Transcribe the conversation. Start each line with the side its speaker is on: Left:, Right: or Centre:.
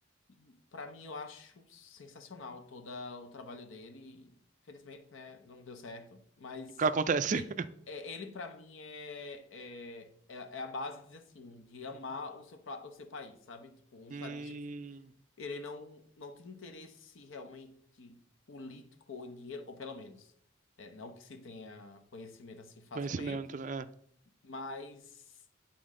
Left: E para mim eu acho sensacional todo o trabalho dele. Infelizmente, né? Não deu certo. Mas
Right: O que acontece?
Left: e-
Right: <laughs>
Left: é, ele para mim é, é, é é a base, de dizer assim, de amar o seu, pra- o seu país, sabe? Tipo, um estadista
Right: Hum,
Left: que ele não, não tem interesse realmente político ou em dinheiro, ou pelo menos, né? Não que se tenha conhecimento assim facilmente.
Right: conhecimento, né?
Left: Mas